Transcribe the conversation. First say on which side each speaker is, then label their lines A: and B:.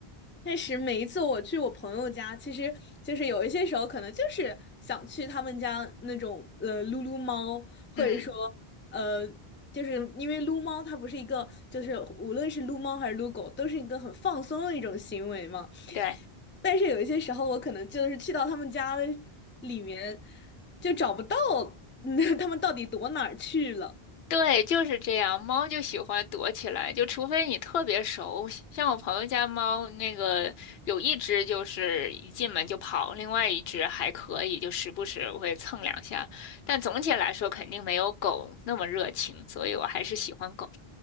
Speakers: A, on the left; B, on the left.
A: 确实，每一次我去我朋友家，其实就是有一些时候可能就是想去他们家那种呃撸撸猫，或者说
B: 嗯，
A: 呃，就是因为撸猫它不是一个，就是无论是撸猫还是撸狗，都是一个很放松的一种行为嘛。
B: 对。
A: 但是有一些时候，我可能就是去到他们家的里面，就找不到，<laughs> 那他们到底躲哪儿去了。
B: 对，就是这样。猫就喜欢躲起来，就除非你特别熟，像我朋友家猫，那个有一只就是一进门就跑，另外一只还可以，就时不时会蹭两下。但总体来说，肯定没有狗那么热情，所以我还是喜欢狗。